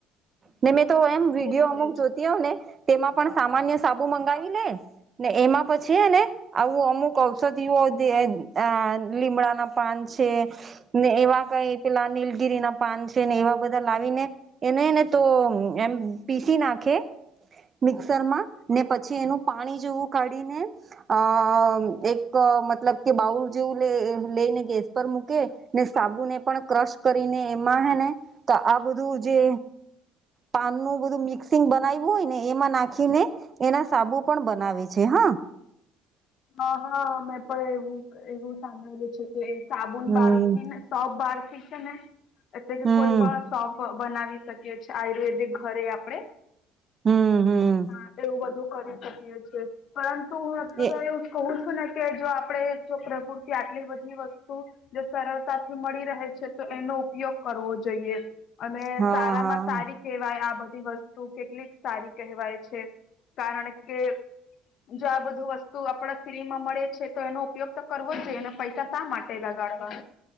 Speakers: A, on the right (about 40°); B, on the left (about 60°).
A: ને
B: એનાથી
A: મેં તો એમ
B: ફીણ
A: વિડીયો
B: નીકળે
A: અમુક જોતી
B: છે.
A: હોય ને તેમાં પણ સામાન્ય સાબુ મંગાવી લે ને એમાં પછીને આવું અમુક અ ઔષધિઓ અ લીમડાના પાન છે ને એવા કઈ પેલા નીલગીરીના પાન છે, ને એવા બધા લાવી ને એને હેને તો એમ પીસી નાખે. મિક્સરમાં ને પછી એનું પાણી જેવું કાઢિ નાખે અ એક મતલબ કે બાઉલ જેવું લઈને ગેસ પર મૂકે. ને સાબુને પણ ક્રશ કરીને એમાં હે ને તો આ બધું જે પાનનું બધું મિક્સિંગ બનાવ્યું હોય ને એમાં નાખીને એના સાબુ પણ બનાવે છે હા.
B: હા હા મેં પણ એવું એવું સાંભળેલું છે કે સાબુન
A: હમ
B: બાર થી ને સોપ બારથી છે ને એટલે કે
A: હમ
B: કોઈ પણ સોપ બનાવી શકીએ છીએ આયુર્વેદિક ઘરે આપણે
A: હમ હમ
B: હા એવું બધું કરી શકીએ છીએ પરંતુ <unintelligible>
A: એ
B: તો એવું કહું છું ને કે જો આપડે જો પ્રકૃતિ આટલી બધી વ સ્તુ સરળતાથી મળી રહે છે તો એનો ઉપયોગ કરવો જોઈએ. અને
A: હા
B: સારામાં
A: હા
B: સારી કહેવાય આ બધી વસ્તુ કેટલીક સારી કહેવાય છે, કારણ કે જો આ બધું વસ્તુ આપડ ફ્રીમાં મળે છે તો એનો ઉપયોગ તો કરવો જોઈએ અને પૈસા શા માટે લગાડવા.